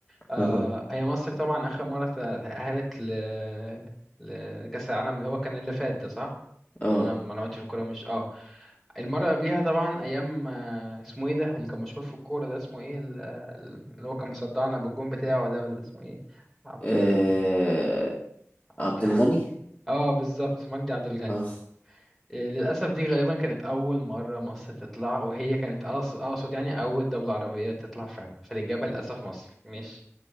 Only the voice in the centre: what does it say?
آه...
هي مصر طبعا آخر مرة تأهلت ل... ل- لكأس العالم اللي هو كان اللي فات ده صح؟
لو انا ما عملتش في الكورة مش اه المرة اللي قبليها طبعا أيام آه، اسمه ايه ده اللي كان مشهور في الكورة ده اسمه ايه ال- اللي هو كان مصدعنا بالجون بتاعه ده ولا اسمه ايه عبد
ال...
عبد حاجة
اه بالظبط مجدي عبد الغني
إيه، للأسف دي غالبا كانت أول مرة مصر تطلع وهي كانت أقص- أقصد يعني أول دولة عربية تطلع فعلا فالإجابة للأسف مصر مش